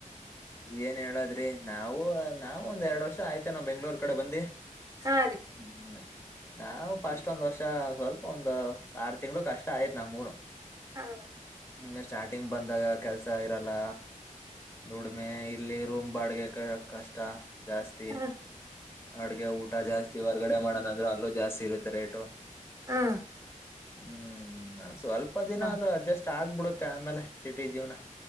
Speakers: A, on the left (about 20°); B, on the right (about 25°).
A: ಏನ್ ಹೇಳದ್ರಿ ನಾವು ನಾವವು ಒಂದ್ ಎರಡ್ ವರ್ಷ ಆಯ್ತ ಏನು ನಮ್ಮ್ ಬೆಂಗಳೂರು ಕಡೆ ಬಂದಿ
B: ಹಾ ರೀ
A: ಹ್ಮ್ ನಾವು ಫಸ್ಟ್ ಒಂದ್ ವರ್ಷ ಸ್ವಲ್ಪ ಒಂದು ಆರು ತಿಂಗಳು ಕಷ್ಟ ಆಯ್ತ್ ನಮ್ಮಗೊನು
B: ಹಾ
A: ಹ್ಮ ಸ್ಟಾರ್ಟಿಂಗ್ ಬಂದಾಗ ಕೆಲ್ಸ ಇರಲ್ಲ ದುಡಿಮೆ ಇಲ್ಲಿ ರೂಮ್ ಬಾಡ್ಗೆ ಕಷ್ಟ ಜಾಸ್ತಿ
B: ಹ
A: ಅಡುಗೆ ಊಟ ಜಾಸ್ತಿ ಹೊರ್ಗಡೆ ಮಾಡೋಣಂದ್ರೆ ಅಲ್ಲೂ ಜಾಸ್ತಿ ಇರುತ್ತೆ ರೇಟು
B: ಹಾ
A: ಹ್ಮ್ ಸ್ವಲ್ಪ ದಿನ
B: ನಾ
A: ಅದು ಅಡ್ಜಸ್ಟ್ ಆಗ್ಬಿಡುತ್ತೆ ಆಮೇಲೆ ಸಿಟಿ ಜೀವನ